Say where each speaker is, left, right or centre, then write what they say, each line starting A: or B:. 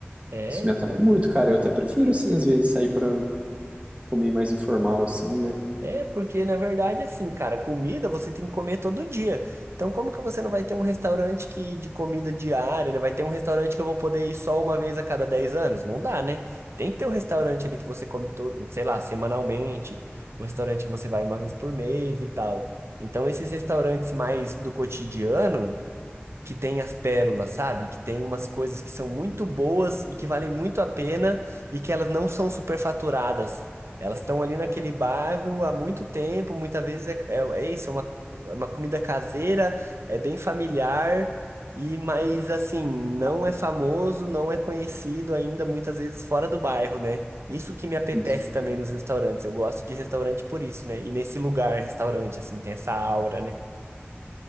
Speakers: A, on the right; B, on the right.
A: É,
B: Isso
A: então.
B: me atrai muito, cara. Eu até prefiro, assim, às vezes, sair para comer mais informal, assim, né?
A: É, porque na verdade, assim, cara, comida você tem que comer todo dia. Então, como que você não vai ter um restaurante que de comida diária, né? Vai ter um restaurante que eu vou poder ir só uma vez a cada 10 anos? Não dá, né? Tem que ter um restaurante ali que você come todo, sei lá, semanalmente, um restaurante que você vai uma vez por mês e tal. Então, esses restaurantes mais do cotidiano que tem as pérolas, sabe? Que tem umas coisas que são muito boas e que valem muito a pena e que elas não são superfaturadas. Elas estão ali naquele bairro há muito tempo, muitas vezes é, é- é isso, é uma, é uma comida caseira, é bem familiar, e mas assim, não é famoso, não é conhecido ainda, muitas vezes fora do bairro, né? Isso que me apetece
B: Isso.
A: também nos restaurantes. Eu gosto de restaurante por isso, né? E nesse lugar, restaurante, assim, tem essa aura, né?